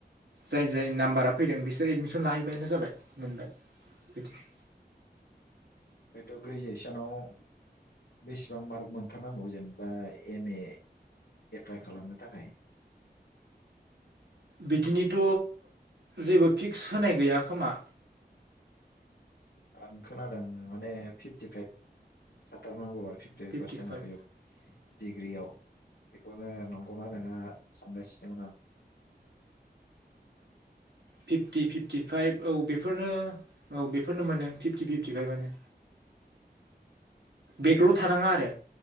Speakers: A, on the right (about 85°); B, on the left (about 85°).
A: जाय जाय नाम्बारा फैदों बिसोर एडमिसन लाहैबानो जाबाय। मोनबाय बिदि। <inaudible>
B: आफायट ग्रेजुसन। <unintelligible> बेसेबां मार्क मोनथारनांगौ जेनेबा एम ए एप्लाइ खालामनो थाखाय?
A: बिदिनिथ' जेबो फिक्स होनाय गैया खोमा।
B: आं खोनादों माने फिफटिफाइभ थाथारनांगौ आरो फिफ्टि
A: फिफ्टिफाइभ
B: पारसेन्ट माबायाव डिग्रियाव। बेखौनो नंगौना नङा सानगासिनोमोन आं।
A: फिफटि फिफ्टिफाइभ औ बेफोरनो औ बेफोरनो मोनो फिफ्टि फिफ्टिफाइभआनो बेगल' थानाङा आरो।